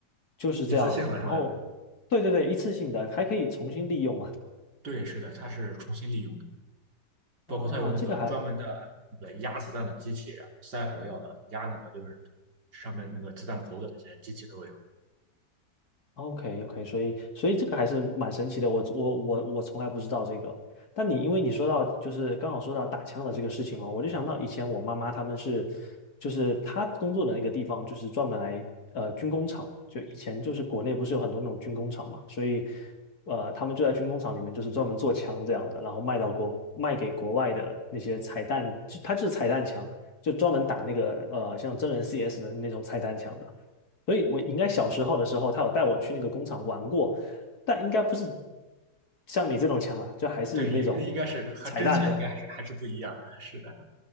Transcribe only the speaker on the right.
一次性的是吧？
对，是的，它是重新利用的，包括它有那个专门的那个压子弹的机器，
塞火药的，压那个就是上面那个子弹头的那些机器都有。
我
对，应应该是和真枪应该还是还是不一样的，是的，